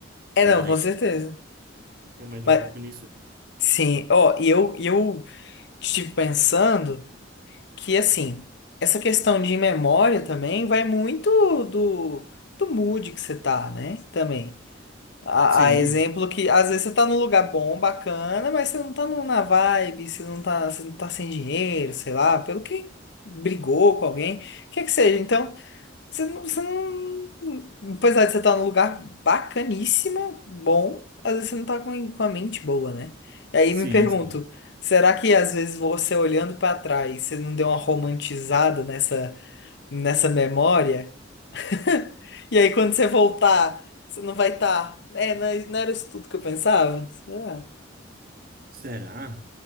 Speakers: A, on the left; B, on the right.
A: É,
B: Então
A: não,
B: a gente
A: com certeza.
B: é mais
A: Mas,
B: um pouco nisso.
A: sim. Ó, e eu, e eu estive pensando. que assim, essa questão de memória também vai muito do, do mood que você tá, né? Também. A,
B: Sim,
A: a exemplo que às vezes você tá num lugar bom, bacana, mas você não tá num- na vibe, você não tá, você não tá sem dinheiro, sei lá, pelo que brigou com alguém, o que é que seja. Então. Você não, você não. Apesar de você estar num lugar bacaníssima, bom, às vezes você não tá com a com a mente boa, né? E aí
B: sim,
A: me pergunto,
B: sim.
A: será que às vezes você olhando pra trás, você não deu uma romantizada nessa, nessa memória? <laughs> E aí quando você voltar, você não vai estar. É, não é- não era isso tudo que eu pensava? Será?
B: Será?